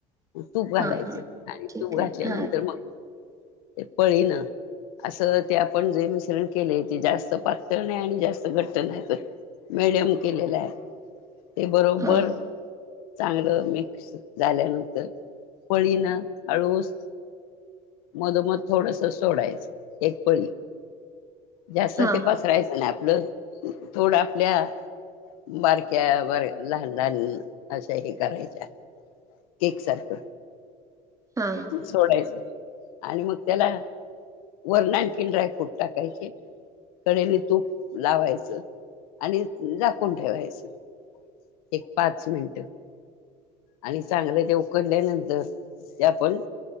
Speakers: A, on the left; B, on the right.
A: तूप घालायचं
B: हा हा
A: आणि
B: ठीक
A: तूप
B: आहे
A: घातल्यानंतर
B: हा
A: मग ते पळीन.. असं ते आपण जे मिश्रण केले ते जास्त पातळ नाही आणि जास्त घट्ट नाही. मिडीयम केलेला आहे ते बरोबर..
B: ह
A: चांगलं मिक्स झाल्यानंतर पळीन हळूच मधो मध थोडस सोडायचं एक पळी. जास्त
B: हा
A: ते पसरायचं नाही आपलं थोड आपल्या बारक्या बर लहान लहान अशा हे करायच्या. केक सारख.
B: हा.
A: सोडायचं आणि मग त्याला.. वरन आणखीन ड्रायफ्रुट टाकायचे कडेने तूप लावायचं. आणि झाकून ठेवायचं एक पाच मिनट. आणि चांगलं ते उकडल्यानंतर ते आपण...